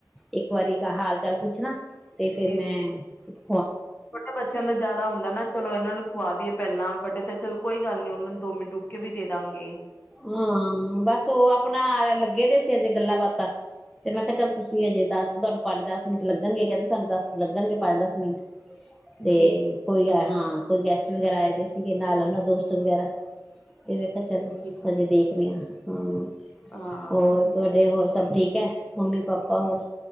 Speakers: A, in the centre; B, on the left.
A: ਇੱਕ ਵਾਰੀ ਹਾਲ ਚਾਲ ਪੁੱਛਣਾ ਤੇ ਫਿਰ
B: ਜੀ
A: ਮੈਂ ਅੱਛਾ
B: ਛੋਟੇ ਬੱਚਿਆਂ ਦਾ ਜ਼ਿਆਦਾ ਹੁੰਦਾ ਨਾ ਚਲੋ ਇਹਨਾਂ ਨੂੰ ਖੁਵਾਈਏ ਪਹਿਲਾਂ ਵੱਡੇ ਤਾਂ ਚਲ ਕੋਈ ਗੱਲ ਨੀ ਉਹਨਾਂ ਨੂੰ ਦੋ ਮਿੰਟ ਰੁਕ ਕੇ ਵੀ ਦੇ ਦਾਂਗੇ
A: ਹਾਂ ਬਸ ਉਹ ਆਪਣਾ ਲੱਗੇ ਦੇ ਸੀ ਹਜੇ ਗੱਲਾਂ ਬਾਤਾਂ ਤੇ ਮੈਂ ਕਿਹਾ ਚੱਲ ਤੁਸੀਂ ਹਜੇ ਦੱਸ ਤੁਹਾਨੂੰ ਪੰਜ ਦਸ ਮਿੰਟ ਲੱਗਣਗੇ ਕਹਿੰਦੇ ਸਾਨੂੰ ਦੱਸ ਲੱਗਣਗੇ ਪੰਜ ਦਸ ਮਿੰਟ
B: ਜੀ
A: ਤੇ ਕੋਈ ਹਾਂ ਕੋਈ ਗੈਸਟ ਵਗੈਰਾ ਆਏ ਦੇ ਸੀਗੇ ਨਾਲ ਉਹਨਾਂ ਦੋਸਤ ਵਗੈਰਾ ਇਹਵੇਖ ਚੱਲ
B: ਠੀਕ,
A: ਅਸੀਂ
B: ਠੀਕ।
A: ਦੇਖਦੇ ਹਾਂ ਹਾਂ
B: ਹਾਂ
A: ਹੋਰ ਤੁਹਾਡੇ ਹੋਰ ਸਭ ਠੀਕ ਹੈ ਮੰਮੀ ਪਾਪਾ ਰ